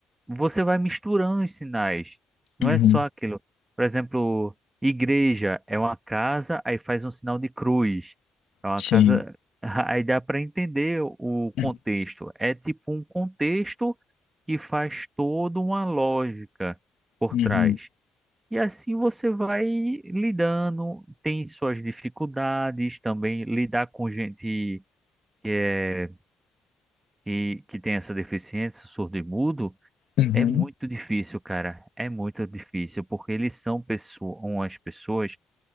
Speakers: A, on the right; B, on the left.
A: Você vai misturando os sinais. Não
B: Uhum,
A: é só aquilo. Por exemplo, igreja é uma casa, aí faz um sinal de cruz. É uma
B: sim.
A: casa. <laughs> Aí dá para entender o contexto.
B: Uhum,
A: É tipo um contexto que faz toda uma lógica por
B: uhum,
A: trás. E assim você vai lidando, tem suas dificuldades também, lidar com gente que é que, que tem essa deficiência, surdo e mudo,
B: uhum,
A: é muito difícil, cara. É muito difícil, porque eles são pessoas, umas pessoas